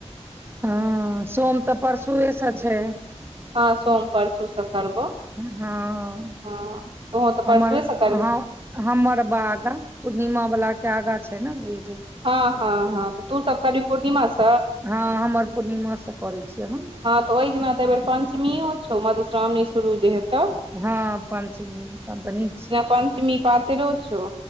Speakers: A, on the right; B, on the right.
A: हां सोम तऽ परसुए से छैय।
B: हां सोम परसूसँ करबो।
A: हां
B: हँ तोहूँ तऽ परसुए
A: हमर
B: से करबी
A: हां हमर बाग अगा पूर्णिमा वला के अगा छैय नैय एगो
B: हां हां हां तऽ तू सब कर भी पूर्णिमा से
A: हां हमर पूर्णिमा से करै छियै हम
B: हां तऽ ओहि दिना तऽ एहि बेर पञ्चमी यौ छौ मधुश्रावणी शुरू जे हेतौ
A: हां पञ्चमी तब तऽ नीक छैय।
B: पञ्चमी पातरो छौ।